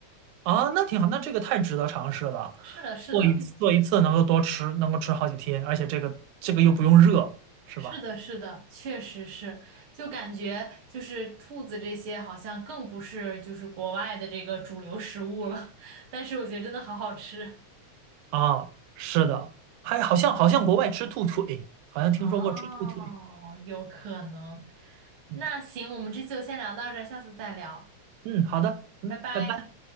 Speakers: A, on the right; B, on the right.
A: 啊，那挺好，那这个太值得尝试了。
B: 是的，是的，
A: 做一次做一次能够多吃，能够吃好几天，而且这个这个又不用热，是吧？
B: 是的，是的，确实是，就感觉就是兔子这些好像更不是就是国外的这个主流食物了，<laughs> 但是我觉得真的好好吃。
A: 啊，是的，还好像好像国外吃兔腿，好像听说过吃兔腿。
B: 哦，有可能。
A: 嗯
B: 那行，我们这次就先聊到这儿，下次再聊，
A: 嗯，好的，嗯，
B: 拜拜。
A: 拜拜。